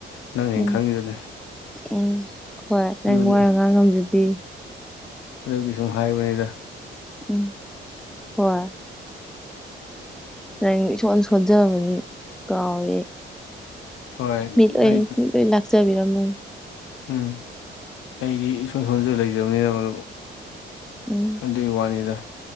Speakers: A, on the left; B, in the centre.
A: ꯅꯪꯅ ꯍꯦꯟꯅ
B: ꯎꯝ
A: ꯈꯪꯉꯤꯗꯨꯅꯤ
B: ꯎꯝ ꯍꯣꯏ ꯅꯪ
A: ꯑꯗꯨꯒꯤ
B: ꯋꯥ ꯉꯥꯡ ꯉꯝꯖꯗꯦ
A: ꯑꯗꯨꯒꯤ ꯁꯨꯝ ꯍꯥꯏꯕꯅꯤꯗ
B: ꯎ ꯀꯣꯏ ꯅ ꯏꯁꯣꯟ ꯁꯣꯟꯖꯕꯅꯤ ꯀꯥꯎꯋꯦ
A: ꯍꯣꯏ
B: ꯃꯤꯠꯂꯣꯏ
A: ꯑꯩ
B: ꯃꯤꯂꯣꯏ ꯂꯥꯛꯆꯕꯤꯔꯝꯃ inaudible
A: ꯎꯝ ꯑꯩꯗꯤ ꯏꯁꯣꯟ ꯁꯣꯟꯁꯨ ꯂꯩꯖꯕꯅꯤꯅ ꯑꯗꯨ
B: ꯎꯝ
A: ꯑꯗꯨꯒꯤ ꯋꯥꯅꯤꯗ